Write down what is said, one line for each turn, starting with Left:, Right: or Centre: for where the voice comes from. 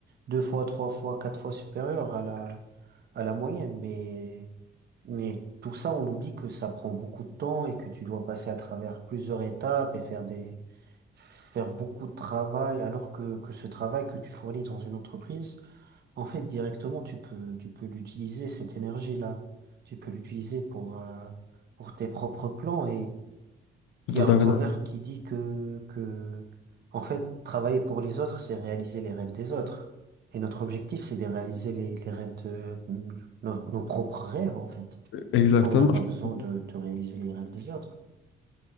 Right: deux fois, trois fois, quatre fois supérieur à la, à la moyenne. Mais, mais tout ça, on oublie que ça prend beaucoup de temps et que tu dois passer à travers plusieurs étapes et faire des, faire beaucoup de travail. Alors que, que ce travail que tu fournis dans une entreprise, en fait, directement, tu peux, tu peux l'utiliser, cette énergie-là. Tu peux l'utiliser pour, euh, pour tes propres plans
Left: je
Right: il
Left: suis
Right: y a
Left: tout
Right: un
Left: à
Right: proverbe
Left: fait d'accord.
Right: qui dit que, que, en fait, travailler pour les autres, c'est réaliser les rêves des autres. Et notre objectif, c'est de réaliser les, les rêves de nos, nos propres rêves, en fait.
Left: Exactement.
Right: En fait, on n'a pas
Left: Je suis
Right: besoin
Left: tout à fait
Right: de, de réaliser les rêves des autres.